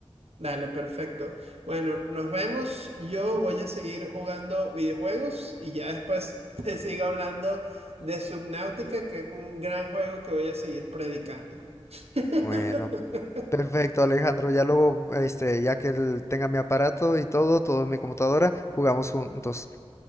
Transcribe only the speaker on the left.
Bueno, perfecto Alejandro, ya luego, este, ya que él tenga mi aparato y todo, todo en mi computadora, jugamos juntos.